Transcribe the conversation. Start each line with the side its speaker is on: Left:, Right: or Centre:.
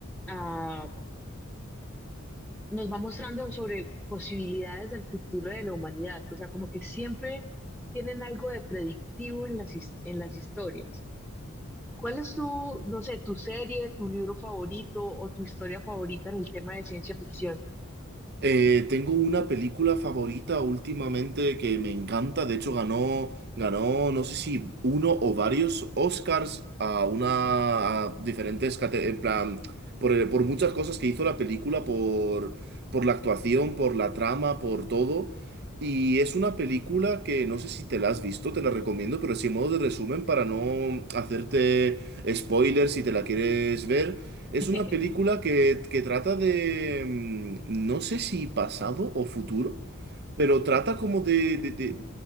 Centre: ah, nos va mostrando sobre posibilidades del futuro de la humanidad, o sea, como que siempre tienen algo de predictivo en las, his- en las historias. ¿Cuál es tu, no sé, tu serie, tu libro favorito o tu historia favorita en el tema de ciencia ficción?
Right: Eh, tengo una película favorita últimamente que me encanta. De hecho, ganó, ganó, no sé si uno o varios Oscars a una, a diferentes, cate- en plan, por, eh, por muchas cosas que hizo la película, por, por la actuación, por la trama, por todo. Y es una película que no sé si te la has visto, te la recomiendo, pero así en modo de resumen para no hacerte spoilers si te la quieres ver. Es
Centre: <laughs>
Right: una película que, que trata de, mm, no sé si pasado o futuro, pero trata como de, de- de